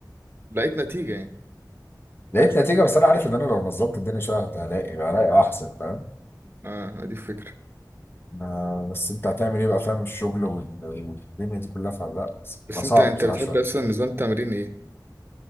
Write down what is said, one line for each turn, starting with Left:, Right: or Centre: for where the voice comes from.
Right: لقيت نتيجة يعني
Left: لقيت نتيجه بس انا عارف ان انا لو نظبط الدنيا شويه هت- هلاقي هلاقي احسن فاهم
Right: أه دي الفكرة
Left: ما- بس انت هتعمل ايه بقى فاهم الشغل وال- والدنيا دي كلها فلا
Right: بس
Left: بقى صعب
Right: أنت أنت
Left: بصراحه
Right: بتحب
Left: شويه
Right: أصلا نظام تمرين إيه؟